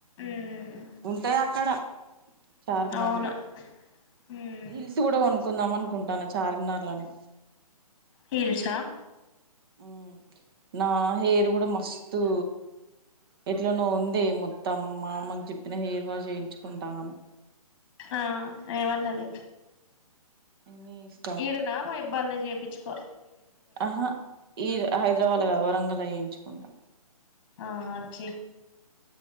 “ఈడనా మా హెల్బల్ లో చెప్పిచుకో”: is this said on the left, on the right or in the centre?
Left